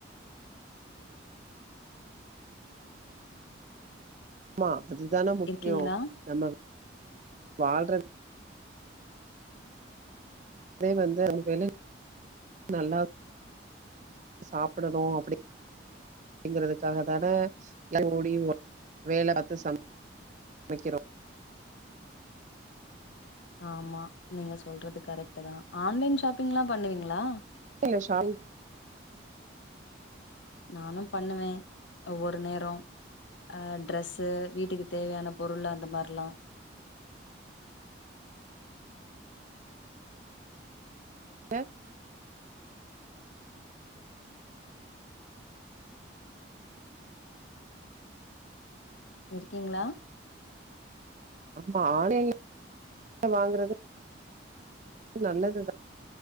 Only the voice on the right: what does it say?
மா அதுதான முக்யோ
நம்ம வாழ்றது அதே வந்து உனக்கு எல் நல்லா சாப்புடணு அப்படி அப்படிங்கறதுக்காக தான எல் ஓடி ஒ வேல அத்து சம் வெக்கிறோ
ஆன்லைன்ல ஷாப்பிங்
ஏ
ஆம்மா ஆன்லைன்ல வாங்குறது உம் நல்லதுதா